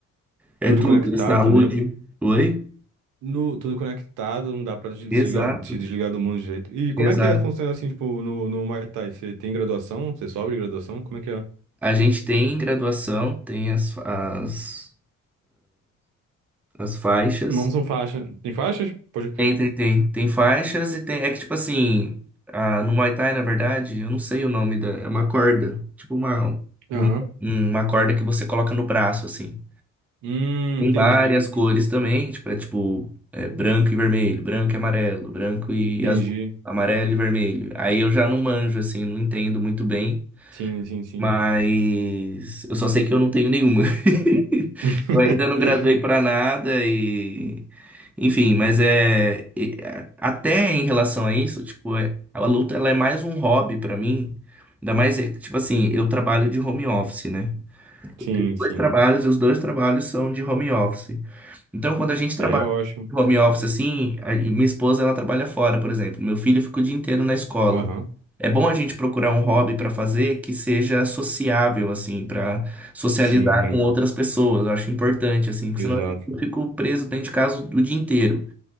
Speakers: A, in the centre; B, on the right (about 80°).
A: é,
B: Tudo
A: é tudo,
B: conectado
A: é saúde.
B: também.
A: Oi?
B: No, tudo conectado, não dá pra des-
A: Exato.
B: se ligar, se desligar do mundo de jeito. E como
A: Exato.
B: é que é, funciona assim, tipo, no, no Muay Thai? Você tem graduação? Você sobe de graduação? Como é que é?
A: A gente tem graduação, tem as, as, as faixas.
B: Não são faixas. Tem faixas? Pode crer.
A: Tem, tem, tem. Tem faixas e tem. É que, tipo assim, ah, no Muay Thai, na verdade, eu não sei o nome da. É uma corda. Tipo uma, um-
B: Aham.
A: uma corda que você coloca no braço, assim.
B: Hum,
A: Tem
B: entendi.
A: várias cores também, tipo, é tipo é branco e vermelho, branco e amarelo, branco e
B: Entendi.
A: azul, amarelo e vermelho. Aí eu já não manjo, assim, não entendo muito bem.
B: Sim, sim, sim.
A: Mas eu só sei que eu não tenho nenhuma. <laughs>
B: <laughs>
A: Eu ainda não graduei para nada e enfim, mas é e- a- até em relação a isso, tipo, é- a luta ela é mais um hobby para mim. Ainda mais, é, tipo assim, eu trabalho de home office, né?
B: Sim,
A: Dois
B: sim.
A: trabalhos e os dois trabalhos são de home office. Então, quando a gente trabalha
B: É ótimo.
A: de home office assim, a- e minha esposa ela trabalha fora, por exemplo. Meu filho fica o dia inteiro na escola.
B: Aham.
A: É bom a gente procurar um hobby para fazer que seja sociável, assim, para socializar
B: Sim,
A: com outras pessoas. Eu acho importante, assim, porque
B: exato.
A: senão eu fico preso dentro de casa o dia inteiro.